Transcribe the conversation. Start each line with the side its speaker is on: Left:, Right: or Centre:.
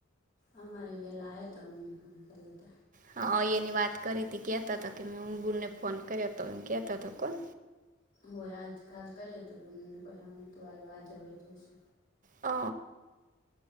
Left: અમારી વેલા આવ તો અમ લીધ
Right: હા, અ એની વાત કરી હતી કેતા હતા કે મેં હબુને ફોન કર્યો હતો એમ કેતા કોણ
Left: હોય આજકાાલ કર્યો તો, બને કોઈ હ નતું આવ્યું આજ હવે જોશે
Right: અ